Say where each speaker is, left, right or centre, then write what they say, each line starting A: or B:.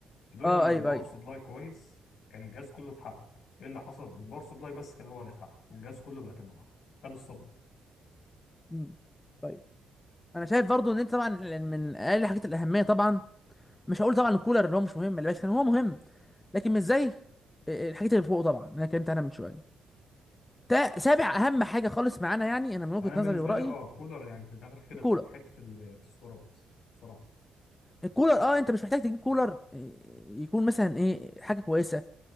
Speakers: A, on the left; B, on the left.
A: لولا
B: اه
A: ان
B: ايوه
A: الباور
B: ايوه
A: سبلاي كويس كان الجهاز كله اتحرق ايه اللي حصل الباور سبلاي بس هو اللي اتحرق والجهاز كله بقى تمام خد الصدمه
B: مم. طيب انا شايف برضو ان انت طبعا يعني من اقل الحاجات الاهميه طبعا مش هقول طبعا الكولر اللي هو مش مهم اللي بس هو مهم لكن مش زي الحاجات اللي فوق طبعا اللي انا اتكلمت عنها من شويه تا- سابع اهم حاجه خالص معانا يعني انا من وجهه
A: انا
B: نظري
A: بالنسبه
B: ورايي
A: لي اه كولر يعني بتتدخل كده
B: الكولر
A: في حته الاكسسوارات بصراحه
B: الكولر اه انت مش محتاج تجيب كولر آه، يكون مثلا ايه حاجه كويسه